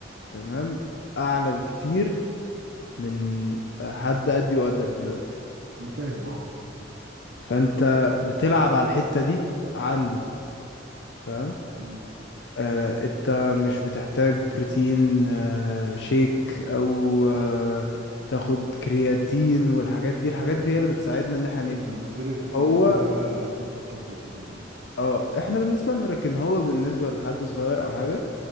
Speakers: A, on the left; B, on the right.
A: تمام اعلى بكتير من حد قدي وقدك دلوقتي
B: انا فاهم اه
A: فانت بتلعب على الحتة دي عنده فاهم
B: مم.
A: آه انت مش بتحتاج بروتين آه شيك او آه تاخد كرياتين والحاجات دي الحاجات
B: عايز
A: دي هي اللي بتساعدنا ان احنا نبني
B: انا بالنسبه لي الكرياتين
A: هو
B: ده توب التوب بامانه يعني
A: اه احنا بالنسبة لنا لكن هو بالنسبة لحد صغير او حاجة